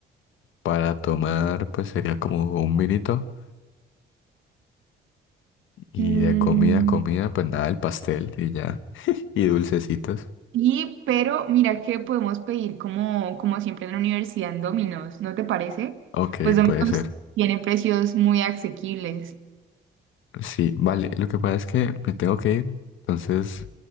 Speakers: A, on the left; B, on the right.
A: Para tomar, pues sería como un vinito. Y
B: Mm.
A: de comida, comida, pues nada, el pastel y ya. <laughs> Y dulcecitos.
B: Sí, pero mira que podemos pedir como, como siempre en la universidad en Domino's, ¿no te parece?
A: Ok,
B: Pues Domino's
A: puede ser.
B: tiene precios muy asequibles.
A: Sí, vale. Lo que pasa es que me tengo que ir. Entonces,